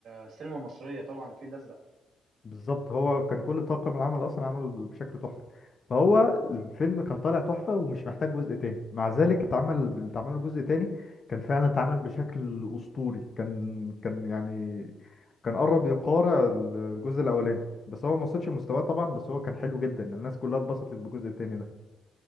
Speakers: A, on the right; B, on the left.
A: السينما المصريه طبعا الفيل الازرق
B: بالظبط هو كان كل طاقم العمل أصلا عمله بشكل تحفة فهو الفيلم كان طالع تحفة ومش محتاج جزء تاني مع ذلك اتعمل اتعمل له جزء تاني كان فعلا اتعمل بشكل أسطوري كان كان يعني كان قرب يقارع الجزء الأولاني بس هو ما وصلش لمستواه طبعا بس هو كان حلو جدا الناس كلها اتبسطت بالجزء التاني ده